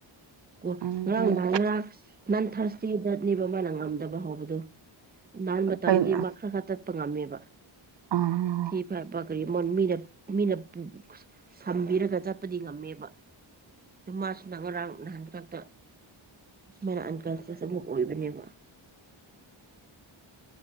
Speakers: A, on the right; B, on the right.
A: ꯑꯣ
B: ꯎꯝ
A: ꯉꯔꯥꯡ ꯅꯥꯡ ꯉꯔꯥꯡ ꯅꯟꯊꯔ ꯆꯦꯗꯅꯤꯕ ꯃꯥꯅ ꯉꯝꯗꯕ ꯍꯧꯕꯗꯨꯣ ꯅꯍꯥꯟ ꯃꯇꯝꯗꯤ
B: ꯀꯩꯅꯣ
A: ꯃꯈ ꯈꯔ ꯈꯛꯇ ꯀꯠꯄ ꯉꯝꯃꯦꯕ
B: ꯑꯥ
A: ꯊ ꯐ ꯀꯔꯤ ꯃꯔꯣ ꯃꯤꯅ ꯃꯤꯅ ꯁꯝꯕꯤꯔꯒ ꯆꯠꯄꯗꯤ ꯉꯝꯃꯦꯕ ꯑꯗꯨ ꯃꯥꯁꯨꯅ ꯉꯔꯥꯡ ꯅꯍꯥꯟ ꯈꯛꯇ ꯅꯍꯟ ꯀꯜꯁꯦꯁ ꯑꯃꯨꯛ ꯑꯣꯏꯕꯅꯦꯕ